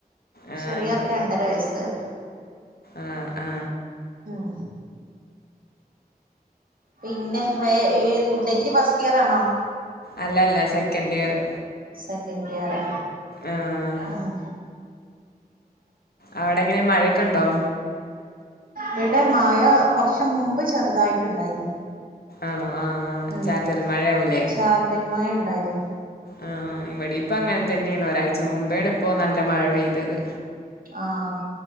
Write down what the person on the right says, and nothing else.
ചെറിയാക്ക് രണ്ടര വയസ്സ്.
ഉം പിന്നെ. വേ എ ഡിഗ്രി ഫസ്റ്റിയറാ ണോ?
സെക്കന്റിയറ്
ഉം.
വ്ടെ മയ കൊർച്ച മുമ്പ് ചെർ തായിട്ട്ണ്ടായിര്ന്ന്
ഉം
ചാറ്റൽമയ ണ്ടായിര്ന്നു.
ആഹ്